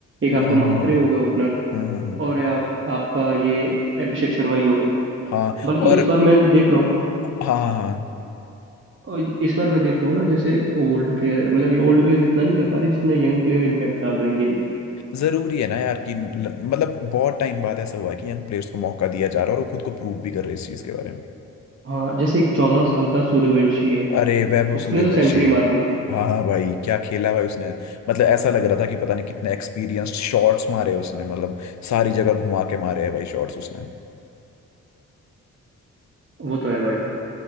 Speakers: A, on the right; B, on the left.
A: एक
B: हम्म
A: आपका
B: हम्म
A: महात्रे
B: हम्म
A: हो गया ओपनर
B: हम्म, हम्म, हम्म,
A: और है आप, आपका ये अभिषेक शर्मा ही हो गया
B: हाँ
A: बल्कि
B: और
A: इस बार मैं देख रहा हूँ
B: हाँ हाँ हाँ,
A: और इस बार मैं देख रहा हूँ ना जैसे ओल्ड प्लेयर मतलब ओल्ड प्लेयर इतना नहीं कर पा रहे जितना यंग प्लेयर इम्पैक्ट डाल रहे हैं गेम में
B: जरूरी है ना यार कि ल- मतलब बहुत टाइम बाद ऐसा हुआ है कि यंग प्लेयर्स को मौका दिया जा रहा है और वो खुद को प्रूव भी कर रहे हैं इस चीज के बारे में
A: हाँ जैसे एक चौदह साल का सूर्यवंशी है
B: अरे वैभव
A: उसने
B: सूर्यवंशी
A: तो सेंचुरी मार दी
B: हाँ हाँ भाई क्या खेला भाई उसने मतलब ऐसा लग रहा था कि पता नहीं कितने एक्सपीरियंस्ड शॉट्स मारे उसने मतलब सारी जगह घुमा के मारे हैं भाई शॉट्स उसने
A: वो तो है भाई